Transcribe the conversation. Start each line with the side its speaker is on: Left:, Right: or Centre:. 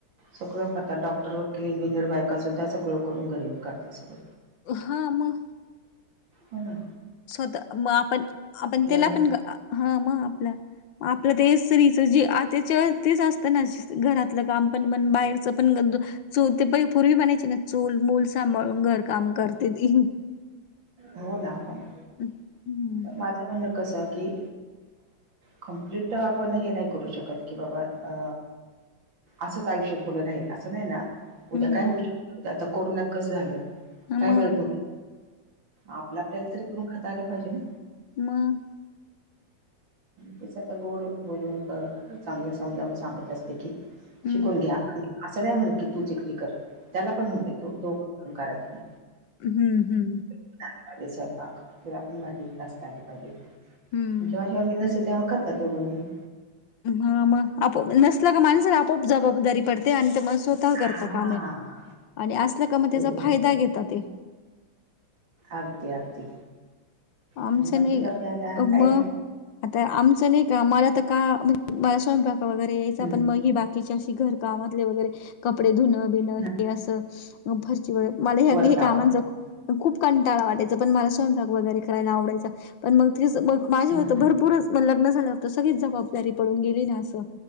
Right: सगळं करतात डॉक्टर वकील इंजिनियर बायका सुद्धा सगळं करून घरी येऊन करतात सगळ
Left: हा मग
Right: होना
Left: स्वतः मग आपण आपण त्याला
Right: नाही
Left: पण हा मग आपल्या आपलं ते स्त्रीच जी आत्य <unintelligible> तेच असत. घरातलं काम पण म्हन बाहेरचं पण च ते प पूर्वी म्हणायची ना चूल मुल सांभाळून घर काम करते ती.
Right: हो ना हो ना
Left: हम्म
Right: माझं म्हणं कसंय की कमप्लीट आपण हे नाही करू शकत कि बाबा अ असंच आयुष्य पुढे राहील असं नाही ना उद्या
Left: हम्म
Right: काय होऊ शकत आता कोरोनात कसं झालं
Left: मग
Right: काय मिळत आपलं आपल्याला तरी करून खातायला पाहिजे ना
Left: म
Right: त्याचा तर गोड बोलून चांगले समजावून सांगत असते की,
Left: हम्म
Right: शिकून घ्या आणि असं नाही म्हण की तू च एकटि कर त्याला पण म्हणते तो दोघं दोघं करा तुम्ही
Left: हं हं
Right: चागला पाहिजेत स्वंयपाक तर आपण भांडी घासता आली असता पाहिजे
Left: हं
Right: जेव्हा जेव्हा मी नसते तेव्हा करतात दोघं मिळुन
Left: ह मग आपोप नसला का माणसाला आपोआप जबाबदारी पडते आणि <unintelligible> करता
Right: हां.
Left: कामे आणि असल्या का म त्याचा
Right: एक्झॅक्टली.
Left: फायदा घेेतात ते
Right: अगदी अगदी
Left: आमचं
Right: आणि म्हटलं
Left: नाही
Right: जाऊ द्या आता काय
Left: मग आता आमचं नाही का मला तर का म्हणजे मला स्वयंपाक वगैरे यायचं
Right: हं.
Left: पण मग बाकीच्या अशी घर कामे वगैरे कपडे धुणं बिण हे
Right: हं.
Left: असं फरशी वर मला
Right: वर कामं.
Left: कामांचा खूप कंटाळा वाटयचां पण मला स्वयंपाक वगैरे करायला आवडायचा पण मग माझे
Right: हं,
Left: भरपूरच
Right: हं.
Left: लग्न झाल्यावर होत सगळीच जबाबदारी पडून गेली ना असं